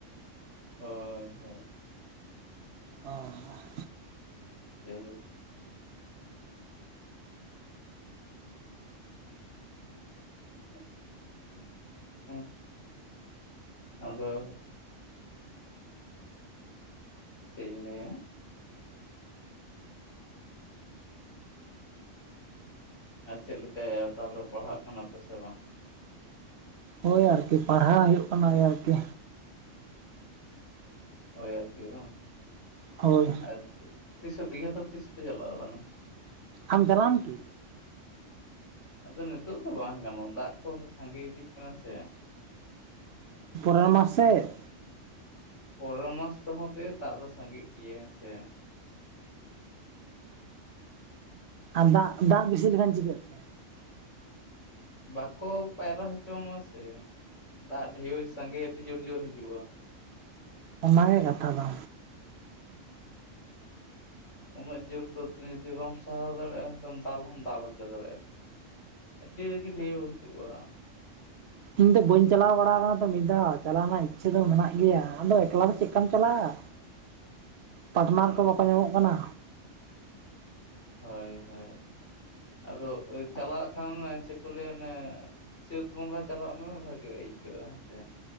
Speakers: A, on the left; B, on the right.
A: ᱦᱳᱭ ᱦᱳᱭ᱾
B: ᱦᱮᱸ
A: ᱦᱮᱞᱳ᱾ <unintelligible> ᱟᱫᱚ ᱪᱮᱜ ᱤᱧ ᱞᱟᱹᱭᱟ? ᱟᱨ ᱪᱮᱫ ᱞᱮᱠᱟᱭᱟ ᱛᱟᱦᱚᱞᱮ ᱯᱟᱲᱦᱟᱜ ᱠᱟᱱᱟ ᱯᱮ ᱥᱮ ᱵᱟᱝ?
B: ᱦᱳᱭ ᱟᱨ ᱠᱤ ᱯᱟᱲᱦᱟᱣ ᱦᱩᱭᱩᱜ ᱠᱟᱱᱟ ᱟᱨ ᱠᱤ᱾
A: ᱦᱳᱭ ᱟᱨᱠᱤ ᱵᱟᱝ
B: ᱦᱳᱭ
A: ᱟᱨ ᱛᱤᱥᱚᱜ ᱫᱤᱜᱷᱟ ᱫᱚ ᱛᱤᱥ ᱯᱮ ᱪᱟᱞᱟᱣ ᱠᱟᱱᱟ?
B: ᱟᱢ ᱪᱟᱞᱟᱜ ᱟᱢ ᱠᱤ?
A: ᱟᱫᱚ ᱱᱤᱛᱳᱜ ᱫᱚ ᱵᱟᱝ ᱜᱟᱱᱚᱜ-ᱟ, ᱫᱟᱜ ᱠᱚ ᱥᱟᱸᱜᱮ ᱤᱫᱤᱜ ᱠᱟᱱᱟ ᱥᱮ᱾
B: ᱯᱚᱨᱮᱨ ᱢᱟᱥ ᱥᱮᱫ᱾
A: ᱯᱚᱨᱮᱨ ᱢᱟᱥ ᱛᱮᱦᱚᱸ ᱛᱮ ᱫᱟᱜ ᱫᱚ ᱥᱟᱸᱜᱮᱜ ᱜᱮᱭᱟᱹ ᱦᱮᱸᱥᱮ᱾
B: ᱟᱨ ᱫᱟᱜ, ᱫᱟᱜ ᱵᱮᱥᱤ ᱞᱮᱱᱠᱷᱟᱱ ᱪᱤᱠᱟᱹᱜ-ᱟ?
A: ᱵᱟᱠᱚ ᱯᱟᱭᱨᱟ ᱦᱚᱪᱚᱭ ᱢᱟ ᱥᱮ ᱫᱟᱜ ᱰᱷᱮᱣ ᱥᱟᱸᱜᱮ ᱟᱹᱰᱤ ᱡᱳᱨ ᱡᱳᱨ ᱦᱤᱡᱩᱜ-ᱟ᱾
B: ᱚᱱᱟ ᱜᱮ ᱠᱟᱛᱷᱟ ᱫᱚ᱾
A: ᱩᱱᱟᱹᱜ ᱡᱳᱨ ᱛᱚ ᱡᱩᱫᱤ ᱵᱟᱢ ᱥᱟᱦᱟᱣ ᱫᱟᱲᱮᱭᱟᱜ-ᱟ ᱦᱚᱸ ᱛᱚᱢ ᱫᱟᱞ ᱦᱚᱢ ᱫᱟᱞ ᱦᱚᱪᱚ ᱫᱟᱲᱮᱭᱟᱜ-ᱟ᱾ ᱟᱹᱰᱤ ᱨᱟᱹᱜᱤ ᱵᱷᱮᱣ ᱦᱤᱡᱩᱜ-ᱟ᱾
B: ᱤᱧ ᱫᱚ ᱵᱟᱹᱧ ᱪᱟᱞᱟᱣ ᱵᱟᱲᱟ ᱟᱠᱟᱱᱟ ᱛᱚ ᱢᱤᱫ ᱫᱷᱟᱣ ᱪᱟᱞᱟᱣ ᱨᱮᱱᱟᱜ ᱤᱪᱪᱷᱟᱹ ᱫᱚ ᱢᱮᱱᱟᱜ ᱜᱮᱭᱟ ᱟᱫᱚ ᱮᱠᱞᱟ ᱫᱚ ᱪᱮᱫ ᱪᱟᱞᱟᱜ-ᱟ᱾ ᱯᱟᱴᱱᱟᱨ
A: ᱦᱮᱸ
B: ᱠᱚ ᱵᱟᱠᱚ ᱧᱟᱢᱚᱜ ᱠᱟᱱᱟ᱾
A: ᱦᱳᱭ ᱦᱳᱭ, ᱟᱫᱚ ᱪᱟᱞᱟᱜ ᱠᱷᱟᱱ ᱪᱮᱫ ᱠᱚ ᱞᱟᱹᱭᱟ ᱚᱱᱮ, ᱪᱟᱹᱛ ᱵᱚᱸᱜᱟ ᱪᱟᱞᱟᱜ ᱢᱮ ᱵᱷᱟᱜᱤ ᱟᱹᱭᱠᱟᱹᱜ-ᱟ ᱦᱮᱸ ᱥᱮ᱾